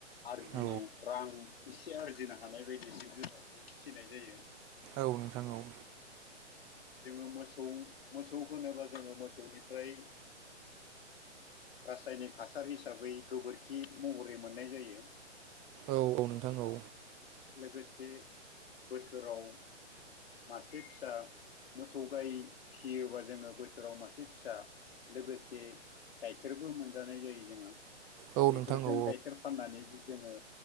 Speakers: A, on the left; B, in the centre.
A: आरजिनो
B: औ
A: रां एसे आरजिनो हानाय बायदि जिब जुनुनारखौ फिसिनाय जायो।
B: औ नोंथां औ।
A: जोङो मोसौ मोसौ होनोबा जोङो मोसौनिफ्राय। रासायनिक हासार हिसाबै गोबोरखि महरै मोननाय जायो।
B: औ औ नोंथां औ।
A: लोगोसे बोसोराव मासे फिसा। मोसौ गाय फिसियोबा जोङो बोसोराव मासे फिसा लोगोसे। गाइखेरबो मोनजानाय जायो जोङहा।
B: औ
A: बेफोरजों
B: नोंथां औ
A: गाइखेर फाननानै जोङो